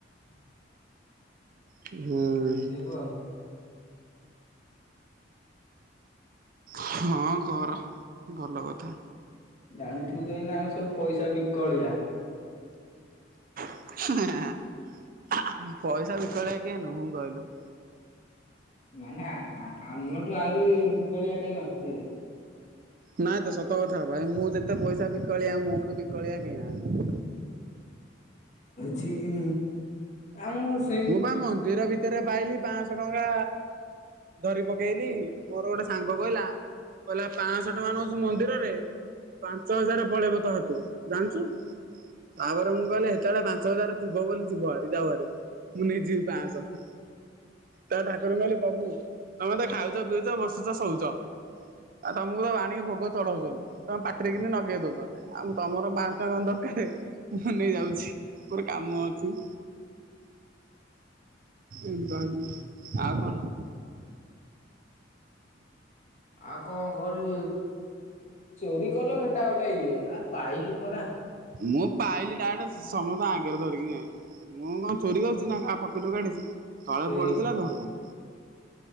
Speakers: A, on the left; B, on the right.
A: <inaudible>
B: ହୁଁ।
A: ଥିବୁ ଆଉ।
B: ହଁ କର। ଭଲ କଥା।
A: ଜାଣିଥିବୁ ତ ଏଇନା ଆମେ ସବୁ ପଇସା ବିକଳିଆ।
B: ପଇସା ବିିକଳିଆ କିଏ ନୁହୁଁ କହିଲୁ?
A: ମାନେ ଆ -ଆ -ଆମଠୁ ଆହୁରି ବିକଳିଆ କେହି ନଥିବେ।
B: ନାଇଁ ତ ସତ କଥା ଭାଇ ମୁଁ ଯେତେ ପଇସା ବିକଳିଆ ମୋଠୁ ବିକଳିଆ କେହି ନାହାନ୍ତି।
A: ହଉଚି ଉ ଆମକୁ ଶି
B: ମୁଁ ବା ମନ୍ଦିର ଭିତରେ ପାଇଲି ପାଞ୍ଚଶହ ଟଙ୍କା। ଧରି ପକେଇଲି। ମୋର ଗୋଟେ ସାଙ୍ଗ କହିଲା କହିଲା ପାଞ୍ଚଶହ ଟଙ୍କା ନଉଛୁ ମନ୍ଦିରରେ? ପାଞ୍ଚ ହଜାର ପଳେଇବ ତୋ ହାତରୁ। ଜାଣିଛୁ? ତାପରେ ମୁଁ କହିଲି ହେତେବେଳେ ପାଞ୍ଚ ହଜାର ଥିବ ବୋଲି ଯିବହାରି, ଯାଉହାରି। ମୁଁ ନେଇଯିବି ପାଞ୍ଚଶହ। ତ ଠାକୁରଙ୍କୁ କହିଲି ପ୍ରଭୂ ତମେ ତ ଖାଉଚ, ପିଉଚ, ବସୁଚ, ଶୋଉଚ। ଆଉ ତମକୁ ତ ଆଣିକି ଭୋଗ ଚଢଉଛନ୍ତି। ତମେ ପାଟିରେ କିିନି ଲଗେଇ ଦଉଛନ୍ତି ଆଉ ତମର ପାଞ୍ଚ ଶହ ଟଙ୍କା ଦରକାରେ ମୁଁ ହଁ ନେଇ ଯାଉଛି ପୋର କାମ ଅଛି। ଏଇ ଯଇନି ଆଉ କଣ?
A: ଆଉ କଣ କରିବିତ? ଉଁ ଚେରି କଲ ଘେଟା ଗୋଟା ଇଏ ଆଉ ପାଇଲୁ ପରା
B: ମୁଁ ପାଇଲି ଡାଟ ସମସ୍ତ ଆଗରେ ଧରିକି ଯାଇଁଲି। ମୁଁ କଣ ଚୋରି କରୁଛି ନା କାହା ପକେଟ ରୁ କାଢିଛି। ତଳେ
A: ସେଇ
B: ପଡିଥିଲା ଧରିଲି